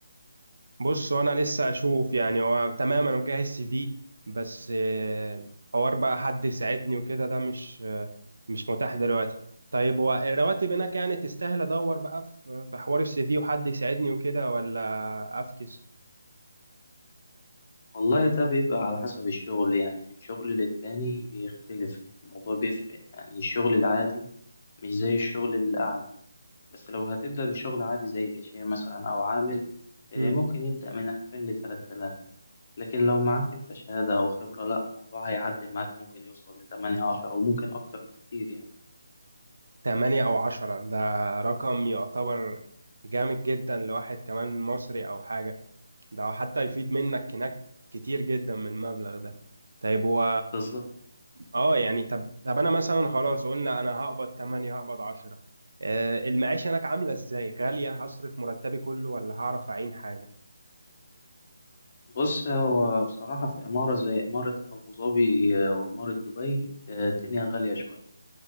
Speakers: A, on the right (about 85°); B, on the left (about 30°).
A: بص وانا لسه اشوف يعني هو تمام انا مجهز سي في بس آه، حوار بقى حد يساعدني وكده ده مش آه، مش متاح دلوقتي طيب هو الرواتب هناك يعني تستاهل ادور بقى في في حوار السي في وحد يساعدني وكده ولا افكس
B: والله ده بيبقى على حسب الشغل يعني من شغل للتاني بيختلف الموضوع بيفرق يعني الشغل العادي مش زي الشغل الأعلى بس لو هتبدأ بشغل عادي زي كاشير مثلا أو عامل آه،
A: مم.
B: ممكن يبدأ من 2000 ل 3000 لكن لو معاك أنت شهادة أو خبرة لا الموضوع هيعدي معاك ممكن يوصل لتمانية عشرة وممكن أكتر بكتير يعني
A: 8 او 10 ده رقم يعتبر جامد جدا لواحد كمان مصري او حاجة ده حتى يفيد منك هناك كتير جدا من المبلغ ده طيب و
B: بالظبط
A: اه يعني طب طب انا مثلا خلاص قلنا انا هقبض 8 هقبض 10 آه المعيشة هناك عاملة ازاي غالية هصرف مرتبي كله ولا هعرف اعين حاجة
B: بص هو بصراحة في إمارة زي إمارة أبو ظبي آه، وإمارة دبي آه، الدنيا غالية شوية